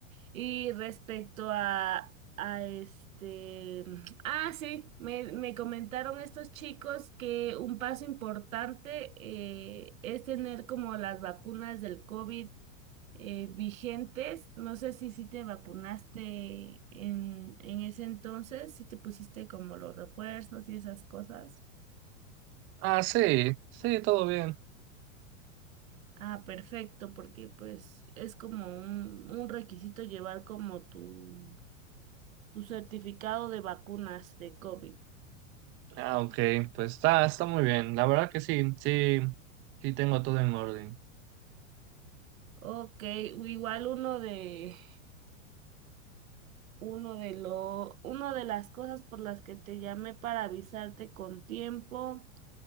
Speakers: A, on the right; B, on the right.
A: Y respecto a, a este, <sniffs> <tsk> ah, sí, me, me comentaron estos chicos que un paso importante eh, es tener como las vacunas del COVID eh, vigentes. No sé si, si te vacunaste en, en ese entonces, si te pusiste como los refuerzos y esas cosas.
B: Ah, sí, sí, todo bien.
A: Ah, perfecto, porque pues es como un, un requisito llevar como tu, tu certificado de vacunas de COVID.
B: Ah, ok, pues está, está muy bien. La verdad que sí, sí, sí tengo todo en orden.
A: Ok, igual uno de uno de lo, una de las cosas por las que te llamé para avisarte con tiempo